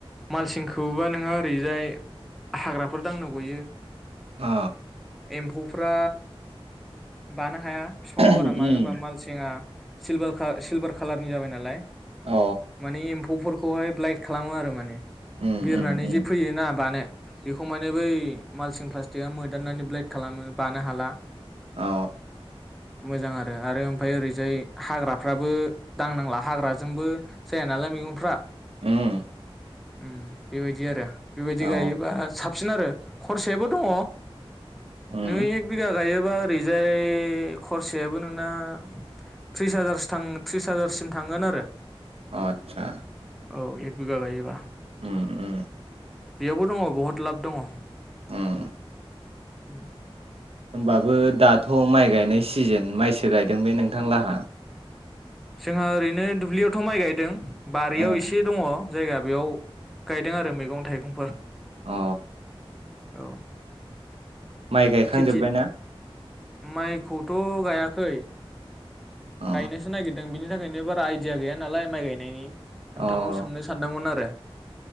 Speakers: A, in the centre; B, on the right.
A: मालसिंखौबा नोंहा ओरैजाय हाग्राफोर दांनो गयो
B: अ
A: एम्फौफ्रा बानो हाया बिफाङाव
B: उम
A: बारा मानो होनबा मालसिङा सिलभार सिलभार खालारनि जाबाय नालाय
B: अ
A: मानि ए म्फौ फोरखौहाय ब्लाइट खालामो आरो माने
B: उम
A: बिरनानै
B: उम उम
A: जे फैयो ना बानो बेखौ माने बै मालसिं प्लास्टिकआ मोदाननानै ब्लेट खालामो बानो हाला
B: ओ
A: मोजां आरो आरो ओमफ्राय ओरैजाय हाग्राफ्राबो दांनांला हाग्राजोंबो जाया नालाय मैगंफ्रा
B: उम
A: उम बेबायदि आरो बिबायदि
B: अ
A: गाय बा साबसिन आरो खरसायाबो दङ
B: उम
A: नों एक बिघा गायोबा ओरैजाय खरसायाबो नोंना थ्रिस हाजार थ्रिस हाजारसिम थांगोन आरो
B: अ आतसा
A: औ एक बिगा गायोबा
B: उम उम
A: बेयावबो दङ बहुत लाब दङ
B: उम
A: उम
B: होमबाबो दाथ' माइ गायनाय सिजोन माइसो गायदों बे नोंथां लाहा
A: जोंहा ओरैनो दुब्लियावथ' माइ गायदों बारियाव
B: अ
A: एसे दङ जायगा बेयाव गायदों आरो मैगं थाइगंफोर
B: अ
A: औ
B: माइ गायखांजोबबायना
A: खेथि माइखौथ' गायाखै
B: अ
A: गायनोसो नागिरदों दों बिनि थाखायनो बारा आइदििया गैया नालाय माइ गायनायनि नोंथांनाव
B: अ
A: सोंनो सानदोंमोन आरो